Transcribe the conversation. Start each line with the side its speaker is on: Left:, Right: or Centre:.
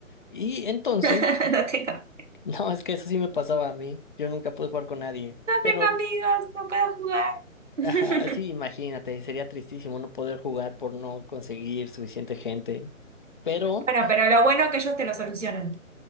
Left: Y entonces,
Right: <laughs> No tengo.
Left: <laughs> no, es que eso sí me pasaba a mí, yo nunca pude jugar con nadie,
Right: No
Left: pero,
Right: tengo amigos, no puedo jugar. <laughs>
Left: ajá, sí, imagínate, sería tristísimo no poder jugar por no conseguir suficiente gente. Pero,
Right: Bueno, pero lo bueno es que ellos te lo solucionan.